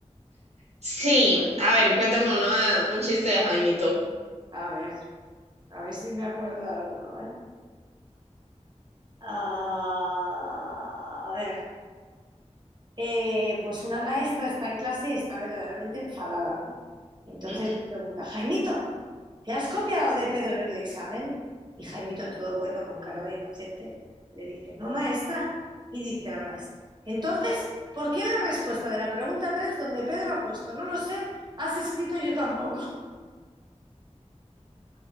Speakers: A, on the right; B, on the right.
A: Sí, a ver, cuéntame uno de un chiste de Jaimito.
B: A ver, a ver si me acuerdo de alguno, ¿eh? Ah, a ver, Eh, pues una maestra está en clase y está verdaderamente enfadada, ¿no? Y entonces
A: Ujú.
B: le pregunta, Jaimito, ¿te has copiado de Pedro en el examen? Y Jaimito, todo bueno, con cara de inocente, le dice, no, maestra. Y dice la maestra, entonces, ¿por qué en la respuesta de la pregunta 3 donde Pedro ha puesto, no lo sé, has escrito yo tampoco?